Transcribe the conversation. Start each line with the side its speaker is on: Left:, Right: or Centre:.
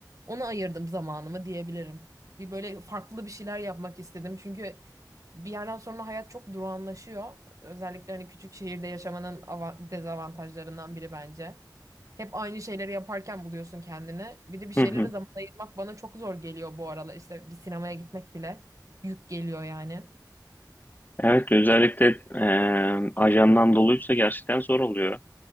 Right: Ona ayırdım zamanımı diyebilirim. Bir böyle farklı bir şeyler yapmak istedim. Çünkü bir yerden sonra hayat çok durağanlaşıyor. Özellikle hani küçük şehirde yaşamanın ava- dezavantajlarından biri bence. Hep aynı şeyleri yaparken buluyorsun kendini. Bir de bir şeylere
Left: <laughs>
Right: zaman ayırmak bana çok zor geliyor bu aralar. İşte bir sinemaya gitmek bile yük geliyor yani.
Left: Evet, özellikle eee ajandan doluysa gerçekten zor oluyor.